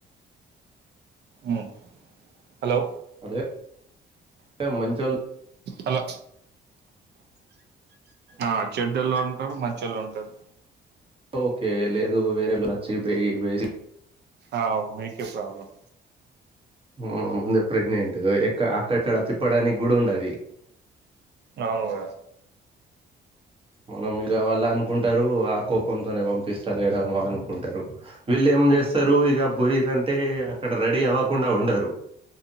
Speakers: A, on the right; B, on the right.
A: ఉమ్ హలో.
B: ఆహ్ మంచొల్లు.
A: హలో ఆహ్ చెడ్డోలు ఉంటారు మంచోళ్ళు ఉంటారు.
B: ఓకే లేదు వేరోళోచ్చి బెయి వేసి.
A: ఆవ్ మీకే ప్రాబ్లం.
B: ము ముందే ప్రెగ్నెంట్ ఎక్క అక్కక్కడ తిప్పడానికి కూడా ఉండది.
A: అవునుగా.
B: మనం ఇగ వాళ్ళు అనుకుంటారు ఆ కోపంతోనే పంపిస్తలేడెమో అనుకుంటారు వీళ్ళేమో. ఏం చేస్తారు ఇగ పోయిండ్రుంటే అక్కడ రెడీ అవ్వకుండా ఉండరు.